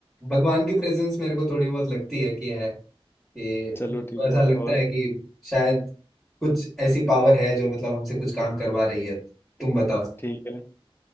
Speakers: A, in the centre; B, on the left (about 20°).
A: भगवान की प्रेजेंस मेरे को थोड़ी बहुत लगती है कि है कि
B: चलो
A: हमको
B: ठीक
A: ऐसा
B: है
A: लगता
B: और
A: है कि शायद कुछ ऐसी पावर है जो मतलब हमसे कुछ काम करवा रही है तुम बताओ
B: ठीक है